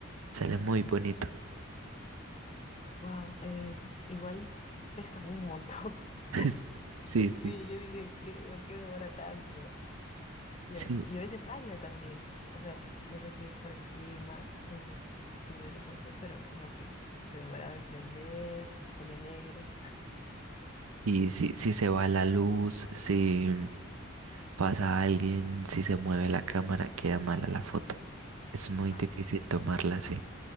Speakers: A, on the right; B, on the left.
A: Sale muy bonito.
B: wow, igual pesan un montón. <laughs>
A: <laughs> Sí, sí.
B: Sí, yo dije, ¿qué? ¿Por qué demora tanto? Y
A: Sí,
B: a, y a veces falla también. O sea, no sé si es por el clima donde estuve la foto, pero es como que se demoraba en prender, se ponía negro.
A: Y si, si se va la luz, si pasa alguien, si se mueve la cámara, queda mala la foto. Es muy
B: <laughs>
A: difícil
B: Oye,
A: tomarla así.